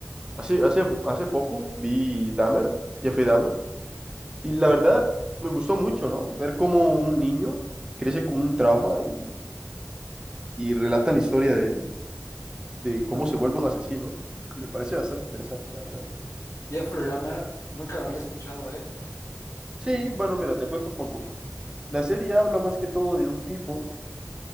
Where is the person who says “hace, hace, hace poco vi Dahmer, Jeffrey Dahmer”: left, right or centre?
Right